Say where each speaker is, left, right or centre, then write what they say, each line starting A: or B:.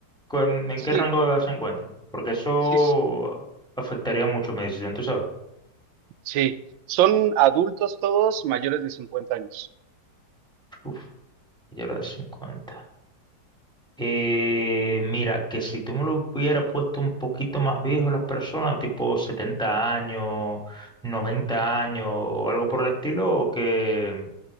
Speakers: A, in the centre; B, on the right (about 90°).
A: ¿Con- ¿En
B: Sí,
A: qué rango de edad se encuentran? Porque eso
B: sí, s-
A: afectaría mucho mi decisión, tú sabes.
B: sí. Son adultos todos mayores de cincuenta años.
A: Uf, yo era de 50. Eh, mira, que si tú me lo hubieras puesto un poquito más viejo las personas, tipo 70 años, 90 años o algo por el estilo, que